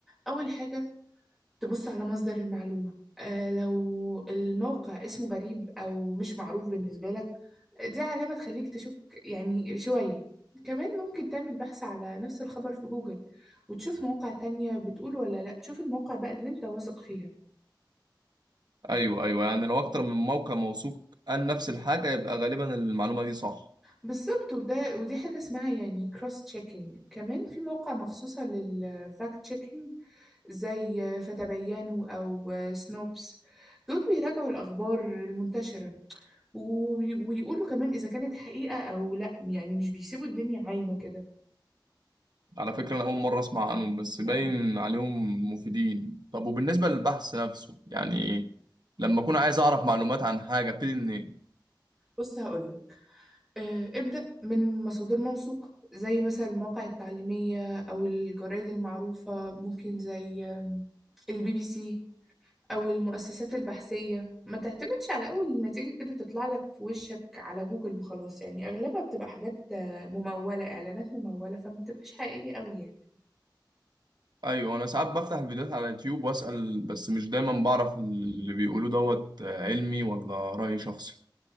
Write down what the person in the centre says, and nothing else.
أول حاجة تبص على مصدر المعلومة آه لو الموقع اسمه غريب أو مش معروف بالنسبة لك دي علامة تخليك تشك يعني شوية كمان ممكن تعمل بحث على نفس الخبر في جوجل وتشوف مواقع تانية بتقول ولا لأ تشوف المواقع بقى اللي انت واثق فيها
بالظبط وده ودي حاجة اسمها يعني كروس تشيكينج كمان في مواقع مخصوصة للفاكت تشيكينج زي فتبينوا أو سنوبس دول بيراجعوا الأخبار المنتشرة وبي- ويقولوا كمان إذا كانت حقيقة أو لأ يعني مش بيسيبوا الدنيا عايمة كده
ياه.
بص هقولك آه، ابدأ من مصادر موثوقة زي مثلا المواقع التعليمية أو الجرائد المعروفة ممكن زي البي بي سي أو المؤسسات البحثية ما تعتمدش على أول نتيجة كده تطلع لك في وشك على جوجل وخلاص يعني أغلبها بتبقى حاجات آه، ممولة إعلانات ممولة فما بتبقاش حقيقية أوي يعني